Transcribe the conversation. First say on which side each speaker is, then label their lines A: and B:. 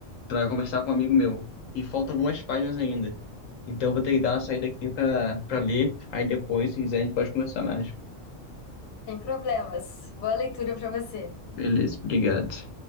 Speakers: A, on the left (about 85°); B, on the left (about 60°).
A: para conversar com um amigo meu. E faltam algumas páginas ainda. Então vou ter
B: Uhum.
A: que dar uma saída aqui para para ler. Aí depois, se quiser, a gente pode conversar mais.
B: Sem problemas. Boa leitura pra você.
A: Beleza, obrigado.